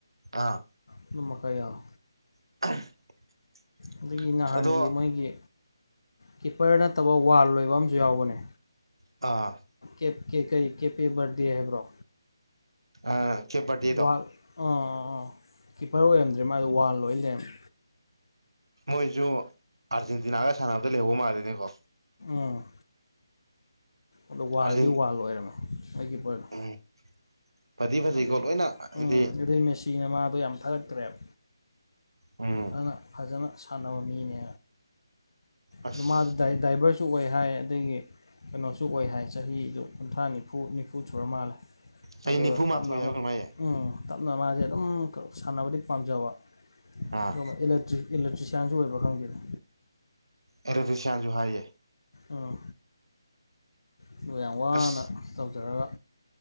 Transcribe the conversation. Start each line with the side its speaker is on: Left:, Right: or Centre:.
Right: ꯑꯥ
Left: ꯑꯗꯨꯝꯕ ꯈꯔ ꯌꯥꯎ
Right: <inaudible>
Left: ꯑꯗꯨꯒꯤ ꯅꯍꯥꯟꯒꯤ
Right: ꯑꯗꯣ
Left: ꯃꯣꯏꯒꯤ ꯀꯤꯞꯄꯔ ꯅꯠꯇꯕ ꯋꯥꯜ ꯂꯣꯏꯕ ꯑꯃꯖꯨ ꯌꯥꯎꯕꯅꯦ
Right: ꯑ
Left: ꯀꯦꯞ ꯀꯦꯀꯩ ꯀꯦꯞꯄꯦ ꯕꯔꯗꯦ ꯍꯥꯏꯕ꯭ꯔꯣ
Right: ꯑ ꯀꯦꯞꯕꯔꯗꯦꯗꫭ
Left: ꯋꯥꯜ ꯑꯥ ꯑꯥ ꯑꯥ ꯀꯤꯞꯄꯔ ꯑꯣꯏꯔꯝꯗ꯭ꯔꯦ ꯃꯥꯗꯣ ꯋꯥꯜ ꯑꫭꯏ ꯂꯩꯔꯝꯃꯦ
Right: ꯃꯣꯏꯖꯨ ꯑꯥꯔꯖꯦꯟꯇꯤꯅꯥꯒ ꯁꯥꯟꯅꯕꯗ ꯂꯩꯍꯧꯕ ꯃꯥꯜꯂꯤꯦꯅꯦꯀꯣ
Left: ꯑꯣꯥ ꯑꯗꯣ ꯋꯥꯜꯗꯤ
Right: ꯑꯥꯔꯖꯦꯟ
Left: ꯋꯥꯜ ꯑꯣꯏꯔꯝꯃꯦ ꯑꯩ ꯀꯤꯄꯔꯗꫭ
Right: ꯎꯝ ꯐꯗꯤ ꯐꯖꯩꯀꯣ
Left: ꯑꯗꯨꯏ
Right: ꯂꯣꯏꯅ ꯍꯥꯏꯗꯤ
Left: ꯎꯝ ꯑꯗꯨꯏ ꯃꯦꯆꯤꯅ ꯃꯥꯗꯣ ꯌꯥꯝ ꯊꯥꯒꯠꯇ꯭ꯔꯦꯕ
Right: ꯎꯝ
Left: ꯑꯗꯨꯅ ꯐꯖꯅ ꯁꯥꯟꯅꯕ ꯃꯤꯅꯦ
Right: ꯑꯁ
Left: ꯑꯗꯨ ꯃꯥꯗꯨ‌ ꯊꯥꯏ ꯗꯥꯏꯕꯔꯖꯨ ꯁꯨ ꯑꯣꯏ ꯍꯥꯏ ꯑꯗꯒꯤ ꯀꯩꯅꯣꯁꯨ ꯑꯣꯏ ꯍꯥꯏ ꯆꯍꯤꯗꯨ ꯀꯨꯟꯊ꯭ꯔꯥ ꯅꯤꯐꯨ ꯅꯤꯐꯨ ꯁꯨꯔ ꯃꯥꯜꯂꯦ
Right: ꯆꯍꯤ
Left: ꯑꯗꯨ
Right: ꯅꯤꯐꯨ
Left: ꯇꯞꯅ
Right: ꯃꯥꯊꯣꯏ
Left: ꯑꯃꯨꯛ
Right: ꯍꯥꯏꯕ ꯀꯩꯅꯣꯝ ꯍꯥꯏꯌꯦ
Left: ꯎꯝ ꯇꯞꯅ ꯃꯥꯁꯦ ꯑꯗꯨꯝ ꯁꯥꯟꯅꯕꯗꯤ ꯄꯥꯝꯖꯕ
Right: ꯑꯥ
Left: ꯑꯗꯨꯒ ꯏꯂꯦꯇꯔꯤ ꯏꯂꯦꯇ꯭ꯔꯤꯁꯤꯌꯥꯟꯖꯨ‌ ꯑꯣꯏꯕ ꯈꯪꯗꯦꯗ
Right: ꯑꯦꯂꯤꯇꯤꯁꯤꯌꯥꯟꯖꯨ ꯍꯥꯏꯌꯦ
Left: ꯑꯥ ꯑꯗꯨ ꯌꯥꯝ ꯋꯥꯅ
Right: ꯑꯁ
Left: ꯇꯧꯖꯔꯒ